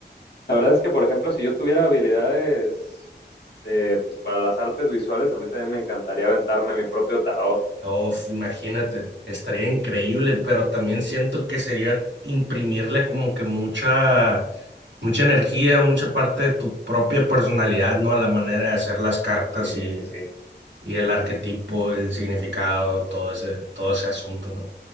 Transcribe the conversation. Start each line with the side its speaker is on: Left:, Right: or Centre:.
Left: la verdad es que, por ejemplo, si yo tuviera habilidades de, pues, para las artes visuales, a mí también me encantaría aventarme mi propio tarot.
Right: Uf, imagínate, estaría increíble, pero también siento que sería imprimirle como que mucha, mucha energía, mucha parte de tu propia personalidad, ¿no? A la manera de hacer las cartas
Left: Sí,
Right: y,
Left: sí, sí.
Right: y el arquetipo, el significado, todo ese, todo ese asunto, ¿no?